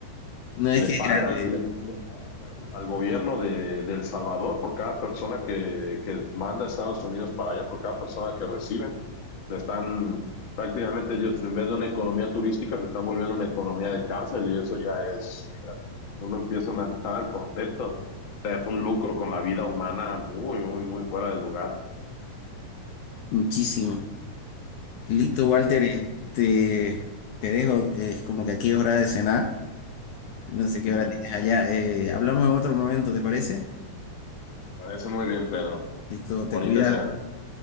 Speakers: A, on the left; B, on the left.
A: no
B: le
A: es que es
B: pagan,
A: gratis,
B: le, le pagan al, al, gobierno de, de, El Salvador por cada persona que, que, manda a Estados Unidos para allá, por cada persona que reciben. Se están prácticamente ellos, en vez de una economía turística, se están volviendo una economía de cárcel y eso ya es, ya uno empieza a analizar el concepto. O sea, es un lucro con la vida humana muy, muy, muy fuera de lugar.
A: muchísimo. Listo, Walter,
B: Sí.
A: este, te dejo, es como que aquí es hora de cenar. No sé qué
B: Uh
A: hora
B: -huh.
A: tienes allá. Eh, hablamos en otro momento, ¿te parece?
B: Me parece muy bien, Pedro.
A: Listo,
B: Bonita
A: te cuidas.
B: sea.